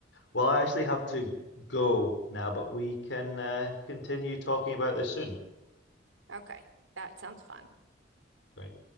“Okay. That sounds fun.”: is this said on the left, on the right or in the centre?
Right